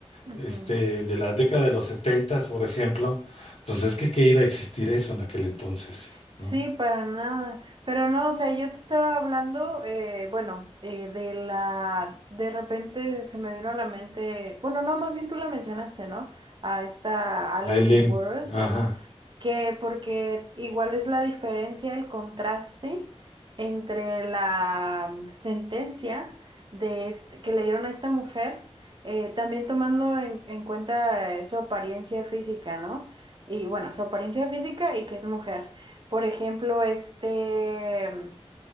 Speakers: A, on the right; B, on the left.
A: ujú.
B: este, de la década de los setentas, por ejemplo, pues es que, que iba a existir eso en aquel entonces,
A: Sí,
B: ¿no?
A: para nada. Pero no, o sea, yo te estaba hablando, eh, bueno, eh, de la, de repente se me vino a la mente, bueno, no, más bien tú la mencionaste, ¿no? A esta Allen
B: Aileen,
A: World,
B: ajá.
A: ajá, que porque igual es la diferencia, el contraste entre la mm, sentencia de este, que le dieron a esta mujer, eh, también tomando en, en cuenta eh, su apariencia física, ¿no? Y bueno, su apariencia física y que es mujer. Por ejemplo, este,